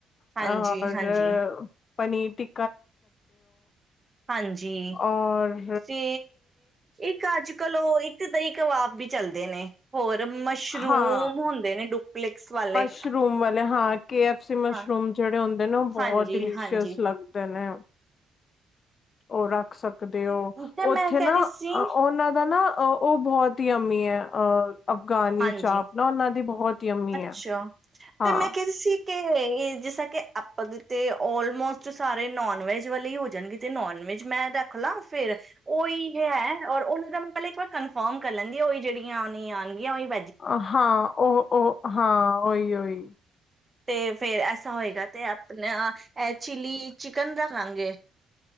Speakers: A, on the right; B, on the left.
A: ਹਾਂਜੀ
B: ਔਰ
A: ਹਾਂਜੀ
B: ਪਨੀਰ ਟਿ
A: ਹਾਂਜੀ।
B: ਔਰ
A: ਤੇ ਇੱਕ ਅੱਜ ਕਲ ਉਹ ਇੱਕ ਦਈਂ ਕਬਾਬ ਵੀ ਚੱਲਦੇ ਨੇ। ਹੋਰ ਮਸ਼ਰੂਮ
B: ਹਾਂ।
A: ਹੁੰਦੇ ਨੇ ਡੁਪਲਿਕਸ ਵਾਲੇ
B: ਮਸ਼ਰੂਮ ਵਾਲੇ। ਹਾਂ ਕੇ ਐਫ ਸੀ ਮਸ਼ਰੂਮ
A: ਹਾਂ
B: ਜਿਹੜੇ ਹੁੰਦੇ ਨੇ ਉਹ ਬਹੁਤ
A: ਹਾਂਜੀ
B: ਡਿਲੀਸ਼ੀਅਸ
A: ਹਾਂਜੀ
B: ਲੱਗਦੇ ਨੇ। ਉਹ ਰੱਖ ਸਕਦੇ ਹੋ
A: ਤੇ
B: ਉੱਥੇ
A: ਮੈਂ ਕਹਿ
B: ਨਾ
A: ਰਹੀ ਸੀ
B: ਉਹਨਾਂ ਦਾ ਨਾ ਉਹ ਬਹੁਤ ਹੀ ਯਮੀ ਐ। ਆ ਅਫਗਾਨੀ
A: ਹਾਂਜੀ
B: ਚਾਪ ਨਾ ਉਹਨਾਂ ਦੀ ਬਹੁਤ ਯਮੀ
A: ਅੱਛਾ
B: ਐ, ਹਾਂ।
A: ਤੇ ਮੈਂ ਕਹਿ ਰਹੀ ਸੀ ਕਿ ਇਹ ਜਿਸ ਤਰ੍ਹਾਂ ਕਿ ਆਪਾਂ ਤੇ ਅਲਮੋਸਟ ਸਾਰੇ ਨੋਨ ਵੈਜ ਵਾਲੇ ਹੀ ਹੋ ਜਾਣਗੇ ਤੇ ਨੋਨ ਵੈਜ ਮੈਂ ਰੱਖ ਲਾਂ ਫਿਰ ਓਹੀ ਹੈ, ਔਰ ਉਹਨਾਂ ਦਾ ਮੈਂ ਪਹਿਲਾਂ ਇੱਕ ਵਾਰ ਕਨਫਰਮ ਕਰ ਲੈਂਦੀ ਓਹੀ ਜਿਹੜੀਆਂ ਉਹ ਨਹੀਂ ਆਣਗ <unintelligible>
B: ਆ ਹਾਂ, ਓਹ ਓਹ ਹਾਂ ਓਹੀ ਓਹੀ।
A: ਤੇ ਫੇਰ ਐਸਾ ਹੋਏਗਾ ਤੇ ਆਪਣਾ ਐਹ ਚਿਲੀ ਚਿਕਨ ਰਖ ਲਾਂਗੇ।